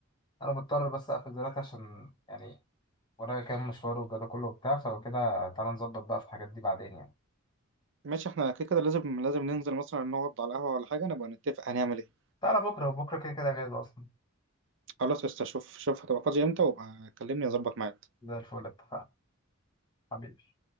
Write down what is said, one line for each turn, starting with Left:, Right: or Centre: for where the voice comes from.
Left: أنا مضطر بس أقفل دلوقتي عشان يعني ورايا كام مشوار وكده كله وبتاع فلو كده تعالى نظبط بقى في الحاجات دي بعدين يعني
Right: ماشي احنا كده كده لازم لازم ننزل مثلا نقعد على قهوه ولا حاجه نبقى نتفق هنعمل ايه
Left: تعالى بكرة بكرة كده كده جاهز أصلا
Right: خلاص قشطة، شوف شوف هتبقى فاضي امتى وابقى كلمني اظبط معاك
Left: زي الفل اتفقنا حبيبي